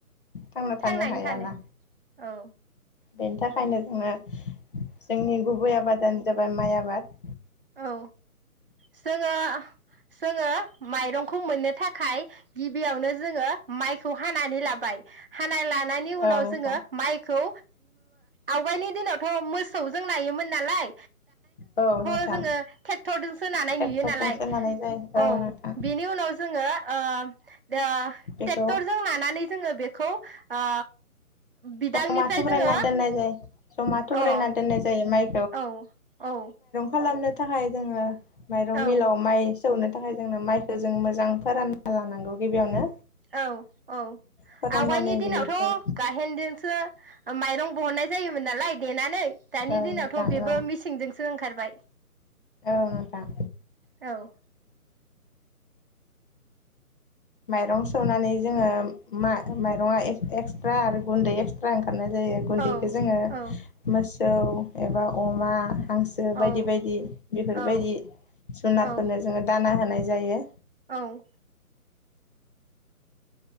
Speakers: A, on the left; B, on the right.
A: थांना
B: थांनानै
A: हायाना
B: थानो औ
A: बेनि थाखायनो जोङो जोंनि गुबै आबादानो जाबाय माइ आबाद
B: औ जोङो जोङो माइरंखौ मोननो थाखाय गिबियावनो जोङो माइखौ हानानै लाबाय हाना ला नायनि
A: औ
B: उनाव
A: नोंथां
B: जोङो माइखौ आवगायनि दिनावथ' मो मोसौजों नायोमोन नालाय
A: औ नोंथां
B: <unintelligible> जोङो ट्रेक्टदजोंसो नानाय
A: ट्रेक्टरजोंसो
B: नुयो नालाय
A: नानाय जायो
B: औ
A: नोंथां
B: बेनि उनाव जोङो ओ दो ट्रेक्टरजों
A: बेखौ
B: नानानै जोङो बेखौ ओ बिदांनिफ्राय
A: जमा थुब्रायना
B: जोङो
A: दोननाय जायो जमा
B: अ
A: थुब्रायना दोननाय जायो माइ
B: औ औ
A: खालामनो थाखाय जोङो माइरं
B: औ
A: मिलाव माइ सौनो थाखाय जोंनो माइखो जों मोजां फोरानना लानांगौ गिबियावनो
B: औ औ
A: फोराननानै
B: आवगायनि दिनावथ'
A: बिनिफ्राय
B: गाहेनदोंसो माइरं बहननाय जायोमोन नालाय देनानै दानि
A: औ
B: दिनावथ'
A: नोंथां
B: बेबो
A: औ
B: मिसिंजोंसो ओंखार बाय
A: औ नोंथां।
B: औ
A: माइरं सौनानै जोङो मा माइरङा एक्स-एक्सट्रा आरो गुन्दै एक्सट्रा खारनाय जायो गुन्दैखो
B: औ
A: जोङो
B: औ
A: मास जौ एबा अमा। हांसो
B: औ
A: बायदि बायदि बेफोरबायदि
B: औ
A: जुनारफोरनो
B: औ
A: जोङो दान ना होनाय जायो
B: औ।